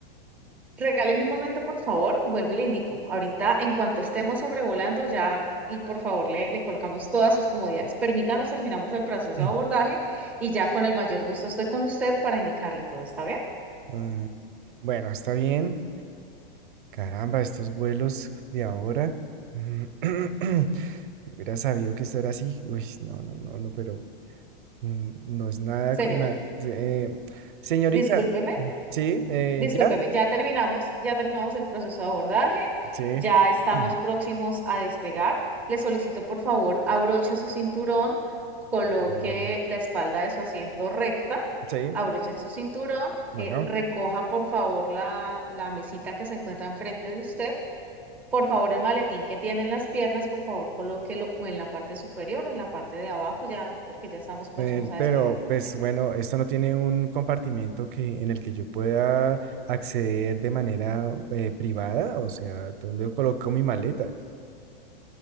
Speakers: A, in the centre; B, on the right.
A: Regáleme un momento, por favor. Vuelvo y le indico. Ahorita, en cuanto estemos sobrevolando, ya, y por favor, le, le colocamos todas sus comodidades. Permítanos, terminamos el proceso
B: <clears throat>
A: de abordaje y ya con el mayor gusto estoy con usted para indicarle todo. ¿Está bien?
B: Mm, bueno, está bien. Caramba, estos vuelos de ahora. <clears throat> Si hubiera sabido que esto era así, uy, no, no, no, no, pero Mm, No es nada
A: Señor,
B: con nada. Sí, eh, señorita,
A: discúlpeme.
B: sí, eh,
A: Discúlpeme,
B: ya,
A: ya terminamos, ya terminamos el proceso de abordaje,
B: sí.
A: ya estamos
B: <clears throat>
A: próximos a despegar. Le solicito, por favor, abroche su cinturón, coloque
B: Mm,
A: la espalda de su asiento recta,
B: Sí,
A: abroche su cinturón,
B: bueno,
A: eh, recoja, por favor, la, la mesita que se encuentra enfrente de usted. Por favor, el maletín que tiene en las piernas, por favor, colóquelo o en la parte superior o en la parte de abajo, ya, porque ya estamos próximos
B: eh,
A: a
B: pero
A: despegar. ¿le
B: pues
A: parece?
B: bueno, esto no tiene un compartimiento que, en el que yo pueda acceder de manera eh, privada, o sea, ¿dónde coloco mi maleta?